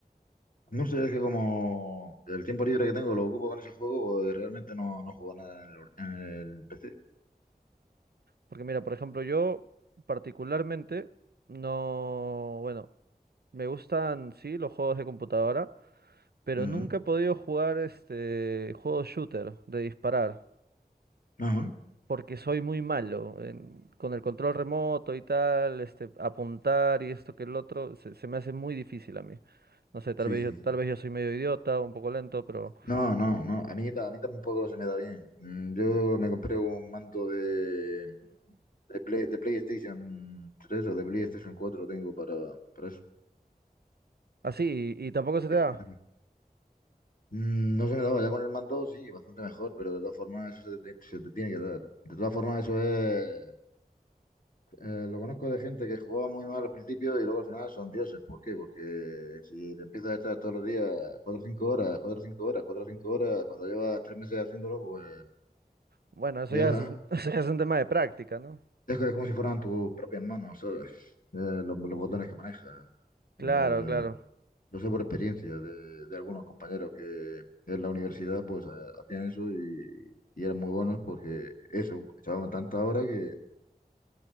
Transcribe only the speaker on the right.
Porque mira, por ejemplo, yo particularmente no, bueno, me gustan sí los juegos de computadora, pero
nunca he podido jugar este juego shooter de disparar,
porque soy muy malo en- con el control remoto y tal, este apuntar y esto que el otro se, se me hace muy difícil a mí. No sé, tal
vez
yo, tal
vez yo soy medio idiota, un poco lento, pero
así y, y tampoco se te
da.
Bueno, eso
ya es, <laughs> eso ya es un tema de práctica, ¿no?
Claro,
claro.